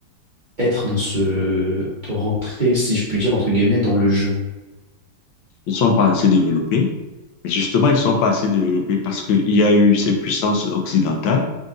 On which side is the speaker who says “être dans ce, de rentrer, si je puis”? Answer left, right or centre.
Right